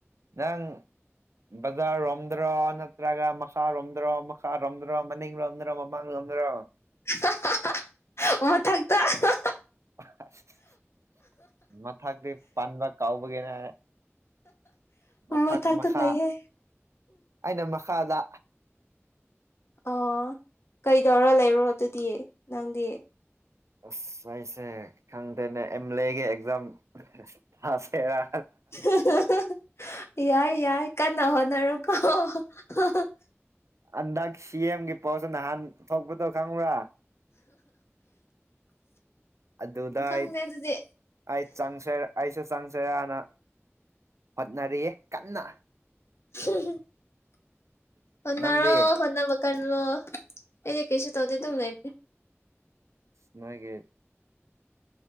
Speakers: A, on the right; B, on the left.
A: ꯅꯪ ꯕꯖꯥꯔꯔꯣꯝꯗ꯭ꯔꯣ ꯅꯠꯇ꯭ꯔꯒ ꯃꯈꯥꯔꯣꯝꯗ꯭ꯔꯣ ꯃꯈꯥꯔꯣꯝꯗ꯭ꯔꯣ ꯃꯅꯤꯡꯔꯣꯝꯗ꯭ꯔꯣ ꯃ ꯃꯥꯡ ꯂꫭꯝꯗꯔꫭ
B: ꯍꯥ ꯍꯥ ꯍꯥ ꯍꯍ ꯃꯊꯛꯇ ꯑꯍ
A: ꯑꯍ ꯁꯁ ꯃꯊꯛꯇꯤ ꯄꯟꯕ ꯀꯥꯎꯕꯒꯤꯅꯦ ꯃꯊꯛ
B: ꯃꯊꯛꯇ
A: ꯃꯈꯥ
B: ꯂꯩꯌꯦ
A: ꯑꯩꯅ ꯃꯈꯥꯗ
B: ꯑꯣ ꯀꯩꯗꯧꯔ ꯂꯩꯔꯣ ꯑꯗꯨꯗꯤ ꯅꯪꯗꯤ
A: ꯑꯁ ꯑꯩꯁꯦ ꯈꯪꯗꯦꯅꯦ ꯑꯦꯝ ꯂꯦꯒꯤ ꯑꯦꯛꯖꯥꯝ ꯊꯥꯁꯤꯔꯥ
B: ꯍꯨꯡ ꯍꯥ ꯍꯥ ꯍꯥ ꯍꯍ ꯌꯥꯏ ꯌꯥꯏ ꯀꯟꯅ ꯍꯣꯠꯅꯔꫭꯀꫭ ꯍ ꯍ
A: ꯍꯟꯗꯛ ꯁꯤ ꯑꯦꯝꯒꯤ ꯄꯣꯁ ꯅꯍꯥꯟ ꯊꯣꯛꯄꯗꯣ ꯈꯪꯕ꯭ꯔꯥ ꯑꯗꯨꯗ
B: ꯈꯪꯗꯦ
A: ꯑꯩ
B: ꯑꯗꯨꯗꯤ
A: ꯑꯩ ꯆꯪꯁꯤꯔ ꯑꯩꯁꯨ ꯆꯪꯁꯤꯔꯥꯅ ꯍꯣꯠꯅꯔꯤꯌꯦ ꯀꯟꯅ
B: ꯍꯨꯡ ꯍꯨꯝ ꯍꯣꯠꯅꯔꯣ
A: ꯅꯪꯗꯤ
B: ꯍꯣꯠꯅꯕ ꯀꯜꯂꯣ ꯑꯩꯗꯤ ꯀꯩꯁꯨ ꯇꯧꯗꯦ ꯑꯗꯨꯝ ꯂꯩꯕꯅꯤ
A: ꯅꯣꯏꯒꯤ